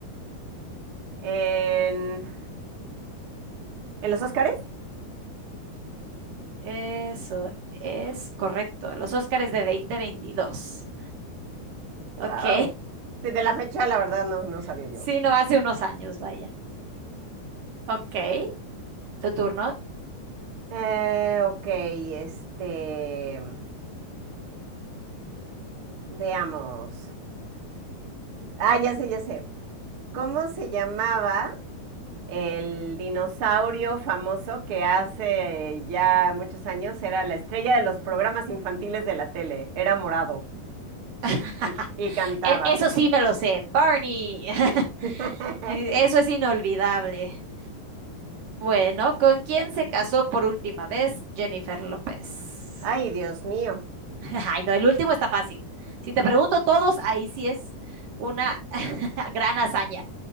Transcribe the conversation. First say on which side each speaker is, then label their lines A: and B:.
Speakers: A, on the right; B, on the right.
A: En, ¿en los Óscares?
B: Eso es correcto, los Óscares de dos mil veintidós,
A: Wow.
B: Ok,
A: Sí, de la fecha, la verdad, no, no
B: <laughs>
A: sabía yo.
B: sí, no hace unos años, vaya. Ok. Tu turno.
A: Eh, ok, este. Veamos. Ah, ya sé, ya sé. ¿Cómo se llamaba el dinosaurio famoso que hace eh, ya muchos años era la estrella de los programas infantiles de la tele? Era morado
B: <laughs>
A: y, y cantaba.
B: E- Eso sí me lo sé. Barney. <laughs>
A: <laughs>
B: Eso es inolvidable. Bueno, ¿con quién se casó por última vez Jennifer López?
A: Ay, Dios mío.
B: <laughs> Ay, no, el último está fácil. Si te pregunto todos, ahí sí es una <laughs> gran hazaña.